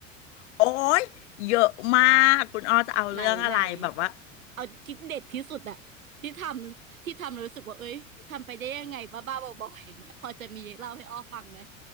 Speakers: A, on the left; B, on the right.
A: โอ้ย เยอะมากคุณอ้อจะเอาเรื่องอะไรแบบว่า
B: ไหนไหน เอาที่เด็ดที่สุดอะที่ทำที่ทำแล้วรู้สึกว่าเอ้ยทำไปได้ยังไงบ้าๆบอๆอย่างเงี้ยพอจะมีเล่าให้อ้อฟังไหม